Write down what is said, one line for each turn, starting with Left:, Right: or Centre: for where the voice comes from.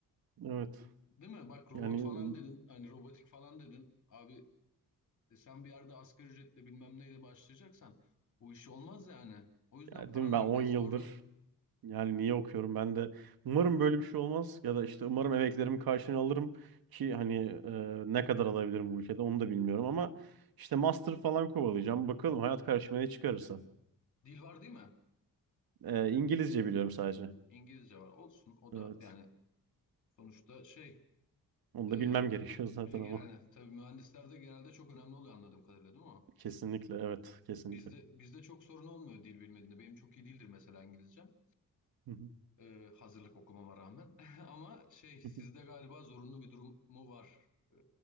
Right: <laughs> Evet.
Left: Değil mi? Bak robot
Right: Yani,
Left: falan dedin. Hani robotik falan dedin. Abi e, sen bir yerde asgari ücretle bilmem neyle başlayacaksan bu iş olmaz yani. O yüzden
Right: ya
Left: para
Right: değil mi
Left: neredeyse
Right: ben on yıldır
Left: orada.
Right: Yani niye okuyorum ben de umarım böyle bir şey olmaz ya da işte umarım emeklerimin karşılığını alırım ki hani e, ne kadar alabilirim bu ülkede onu da bilmiyorum ama işte master falan kovalayacağım bakalım hayat karşıma ne çıkarırsa.
Left: Dil var değil mi?
Right: E, İngilizce biliyorum sadece.
Left: İngilizce var. Olsun o
Right: Evet.
Left: da yani sonuçta şey
Right: Onu
Left: e,
Right: da bilmem <laughs> gerekiyor
Left: <laughs>
Right: zaten
Left: yani
Right: ama
Left: tabii mühendislerde genelde çok önemli oluyor anladığım kadarıyla değil mi o?
Right: kesinlikle evet kesinlikle.
Left: Bizde bizde çok sorun olmuyor dil bilmediğinde. Benim çok iyi değildir mesela İngilizcem.
Right: Hı hı.
Left: e, hazırlık okumama rağmen. <laughs> Ama şey sizde
Right: <laughs>
Left: galiba zorunlu bir durum mu var? E,